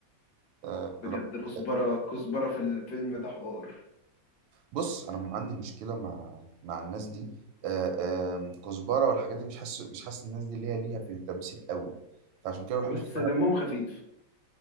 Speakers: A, on the right (about 85°); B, on the left (about 60°).
A: أه...
B: بجد كزبرة
A: لا.
B: كزبرة في الفيلم ده حوار
A: بص انا م- عندي مشكله مع مع الناس دي آه، آم، كزبره والحاجات دي مش حاسس مش حاسس الناس دي ليها ليها في التمثيل قوي فعشان كده ما بحبش
B: بس
A: اتفرج
B: دمهم خفيف